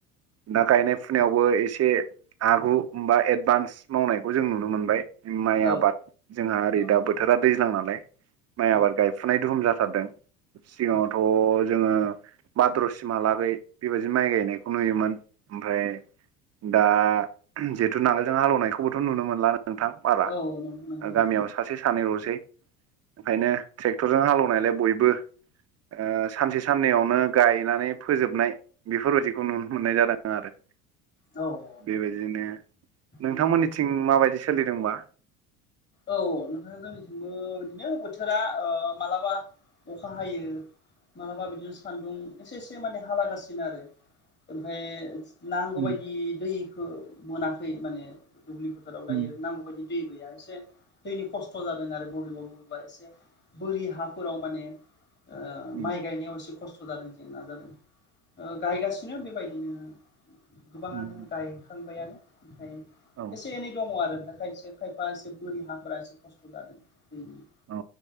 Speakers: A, on the right; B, on the left.
A: दा गायनाय फुनायावबो एसे। आगु बा एडभान्स मावनायखौ जों नुनो मोनबाय माइ
B: औ
A: आबाद। जोंहा ओरै
B: औ
A: दा बोथोरा दैज्लां नालाय माइ
B: औ
A: आबाद गायफुनाय दुहुम जाथारदों। सिगाङावथ'
B: औ नंगौ
A: जोङो भाद्र'सिमहालागै बेबायदि माइ गायनायखौ नुयोमोन। ओमफ्राय दा जिहेथु नांगोलजों हालेवनायखौबोथ' नुनो मोनला नोंथां। <unintelligible> ओ
B: औ नंगौ नंगौ नंगौ
A: गामियाव सासे सानैल'सै ओंखायनो ट्रेक्टरजों हालेवनायलाय बयबो ओ सानसे साननैयावनो गायनानै फोजोबनाय। बेफोरबायदिखौ नुनो मोननाय जादों आरो।
B: औ।
A: बेबायदिनो नोंथांमोननिथिं
B: औ
A: माबायदि सोलिदोंबा।
B: औ <unintelligible> जोंनिथिंबो बिदिनो बोथोरा ओ मालाबा अखा हायो। मालाबा बिदिनो सान्दुं एसे-एसे माने हालागासिनो आरो ओमफाय। नांगौ
A: उम
B: बायदि दैखो मोनाखै माने दुब्लि फोथाराव
A: उम
B: दायो नांगौ बायदि दै गैया एसे। दैनि खस्थ' जादों आरो बबेबा-बबेबा एसे बोरि हाफोराव माने। ओ
A: उम
B: माइ गायनायाव एसे खस्थ' जादों जेंना जादों गायगासिनो बेबायदिनो। गोबाङानो
A: उम
B: गायखांबायानो। <unintelligible>
A: औ
B: एसे एनै दङ' आरो ओमफ्राय खायसे खायफा एसे बोरि हाफोरा एसे खस्थ' जादों। <unintelligible>
A: औ